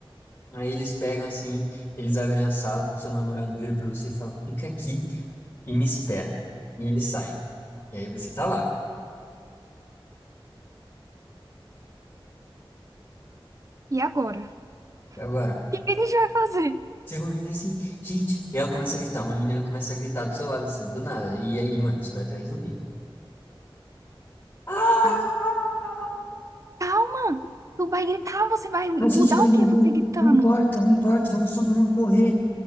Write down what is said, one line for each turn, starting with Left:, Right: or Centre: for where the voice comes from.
Left: Aí eles pegam assim, eles abrem a sala, seu namorado vira pra você e fala: fica aqui e me espera. E ele sai. E aí você tá lá.
Right: E agora?
Left: E agora?
Right: O que que a gente vai fazer?
Left: Chega uma menina assim, gente, e ela começa a gritar, uma menina começa a gritar do seu lado, assim, do nada, e aí, mano, você vai atrás de zumbi. Ah!
Right: Ah,
Left: Ah!
Right: Calma! Tu vai gritar, você vai mudar
Left: A gente vai
Right: o
Left: morrer,
Right: que você gritando?
Left: não importa, não importa, vamos todo mundo morrer,